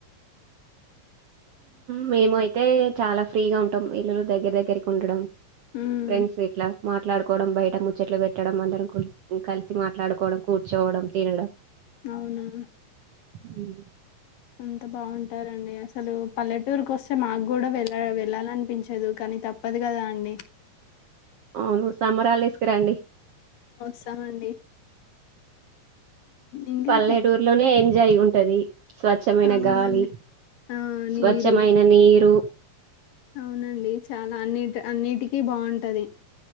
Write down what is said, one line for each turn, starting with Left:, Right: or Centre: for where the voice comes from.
Right: మేము అయితే చాలా ఫ్రీగా ఉంటాం ఇల్లులు దగ్గర దగ్గరకి ఉండడం
Left: హ్మ్
Right: ఫ్రెండ్స్ ఇట్లా మాట్లాడుకోవడం బయట ముచ్చట్లు పెట్టడం అందరం కలిసి మాట్లాడుకోవడం కూర్చోవడం తినడం
Left: అవునా
Right: మ్
Left: అంత బాగుంటారండి అసలు పల్లెటూరుకి వస్తే మా కూడా వెళ్ళ వెళ్ళాలనిపించదు కానీ తప్పదు కదా అండి
Right: అవును సమ్మర్ హాలిడేస్ కి రండి
Left: వస్తామండి ఇంకా
Right: పల్లెటూరులోనే ఎంజాయ్ జయిం టది స్వచ్ఛమైన
Left: అవునండి
Right: గాలి
Left: ఆ
Right: స్వచ్ఛమైన
Left: నీరు
Right: నీరు
Left: అవునండి చాలా అన్నిటి అన్నిటికీ బావుంటది